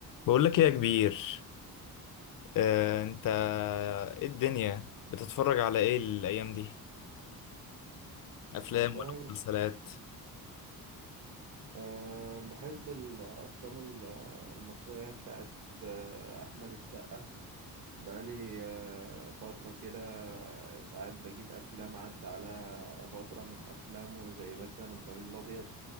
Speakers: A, on the left; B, on the right.
A: بقول لك ايه يا كبير آه، انت ايه الدنيا بتتفرج على ايه الايام دي افلام
B: والله
A: ولا
B: بت-
A: مسلسلات
B: أه بحب الأفلام ال- المصرية بتاعت آه، أحمد السقا بقالي أه فترة كده ساعات بجيب أفلام عدى على فترة من أفلامه زي مثلا إبراهيم الأبيض